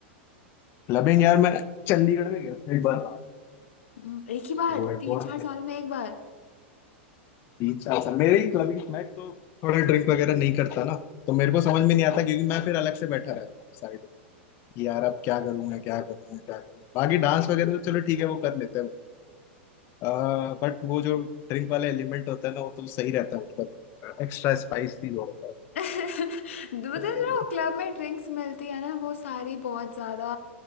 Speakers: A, on the left (about 35°); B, on the left (about 85°).
A: क्लबिंग यार मैं चंडीगढ़ में गया था एक बार रात
B: हम्म, एक ही बार
A: तो एक
B: तीन
A: बार
B: चार साल में एक बार
A: तीन चार साल मेरे ही क्लबिंग मैं तो थोड़ा ड्रिंक वगैरह नहीं करता ना तो मेरे को समझ में नहीं आता क्योंकि मैं फिर अलग से बैठा रहता हूँ साइड कि यार अब क्या करूंगा क्या करूंगा क्या करूंगा बाकी डांस वगैरह तो चलो ठीक है वो कर लेते हैं आ, बट वो जो ड्रिंक वाला एलिमेंट होता है ना वो तो सही रहता है मतलब एक्स्ट्रा स्पाइस भी जोड़ता है
B: <laughs> मतलब
A: तो
B: जो क्लब में ड्रिंक्स मिलती है ना वो सारी बहुत ज्यादा